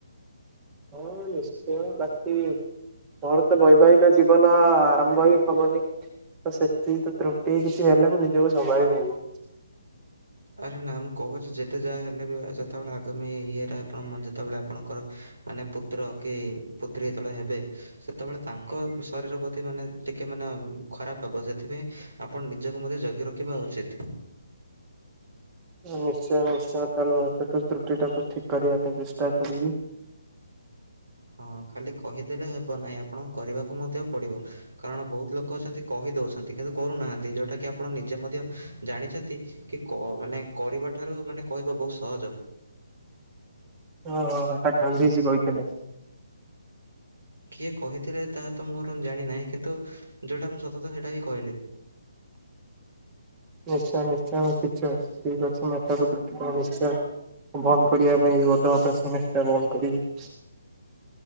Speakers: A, on the right; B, on the right.
A: ହଁ ନିଶ୍ଚୟ ବାକି ମୋର ତ ବୈବାହିକ ଜୀବନ ଆରମ୍ଭ ହିଁ ହବନି ତ ସେଥି ତ୍ରୁଟି କିଛି ହେଲେ ମୁଁ ନିଜକୁ ସମ୍ଭାଳି ନେବି।
B: ଆରେ ନା ମୁଁ କହୁଚି ଯେତେ ଯାହା ହେଲେ ବି ସେତେବେଳେ ଆଗାମି ଇଏରେ ଆପଣମ ଯେ ସେତେବେଳେ ଆପଣଙ୍କର ମାନେ ପୁ ପୁତ୍ର କି ପୁତ୍ରୀ ଯେତେବେଳେ ହେବେ ସେତେବେଳେ ତାଙ୍କ ଶରୀରପ୍ରତି ମାନେ ଟିକେମାନେ ଖରାପ ହବ ସେଥିପାଇଁ ଆପଣ ନିଜକୁ ମଧ୍ୟ ଜଗି ରଖିବା ଉଚିତ।
A: ନିଶ୍ଚୟ ନିଶ୍ଚୟ ତାହେଲେ ମାକେର୍ଟ ରୁ ତ୍ରୁଟି ଟାକୁ ଠିକ କରିବା ପାଇଁ ଚେଷ୍ଟା କରିବି।
B: ହଁ ଖାଲି କହିଦେଲେ ହେବ ନାହିଁ ଆପଣ କରିବାକୁ ମଧ୍ୟ ପଡିବ କାରଣ ବହୁତ ଲୋକ ଅଛନ୍ତି କହିଦଉଛନ୍ତି କିନ୍ତୁ କରୁନାହାନ୍ତି ଯୋଉଟା କି ଆପଣ ନିଜେ ମଧ୍ୟ ଜାଣିଛନ୍ତି କି କ ମାନେ କରିବା ଠାରୁ ମାନେ କହିବା ବହୁତ ସହଜ।
A: ଓ ହୋ ଗାନ୍ଧୀଜୀ କହିଥିଲେ।
B: କିଏ କହିଥିଲେ ତାହା ତ ମୋର ଜାଣିନାହିଁ କିନ୍ତୁ ଯୋଉଟା ମୁଁ ସତତ ସେଇଟା ହିଁ କହିଲି।
A: ନିଶ୍ଚୟ ନିଶ୍ଚୟ ମୁଁ ପିଛେ ଠିକ ଅଛି ମୁଁ <unintelligible> ତ୍ରୁଟି ତମ ନିଶ୍ଚୟ ବନ୍ଦ କରିବା ପାଇଁ ବଧ ଅଭ୍ୟାସ ନିଶ୍ଚୟ ବନ୍ଦ କରିବି।